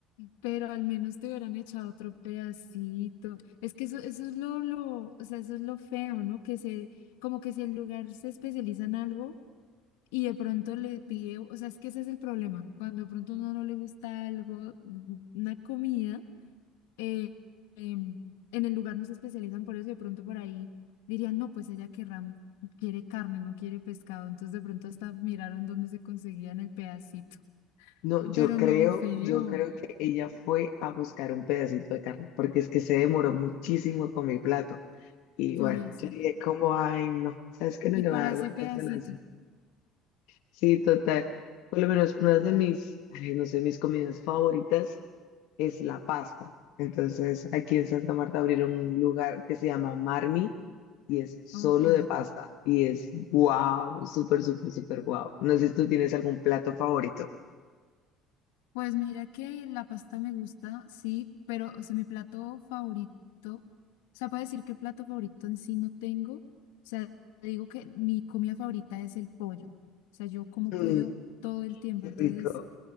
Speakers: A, on the left; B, on the left.
A: Pero al menos te hubieran echado otro pedacito. Es que eso, eso es lo, lo, o sea, eso es lo feo, ¿no? Que se, como que si el lugar se especializa en algo y de pronto le pide, o sea, es que ese es el problema. Cuando de pronto a uno no le gusta algo, mm, una comida, eh, em, en el lugar no se especializan por eso y de pronto por ahí dirían, no, pues ella querrá, quiere carne, no quiere pescado. Entonces de pronto hasta miraron dónde se conseguían el pedacito.
B: No, yo
A: Pero
B: creo,
A: no, feo,
B: yo creo que ella fue a buscar un pedacito de carne, porque es que se demoró muchísimo con mi plato. Y
A: por
B: bueno,
A: eso.
B: yo dije como, ay, no, ¿sabes qué? No
A: Y
B: le
A: para
B: voy a dar
A: ese
B: vueltas
A: pedacito,
B: a la Sí, total. Por lo menos una de mis, ay, no sé, mis comidas favoritas es la pasta. Entonces, aquí en Santa Marta abrieron un lugar que se llama Marmi y es solo
A: ok.
B: de pasta y es wow, súper, súper, súper wow. No sé si tú tienes algún plato favorito.
A: Pues mira que la pasta me gusta, sí, pero, o sea, mi plato favorito, o sea, puedo decir que plato favorito en sí no tengo. O sea, te digo que mi comida favorita es el pollo. O sea, yo como
B: Mm,
A: pollo todo el tiempo,
B: qué
A: entonces
B: rico.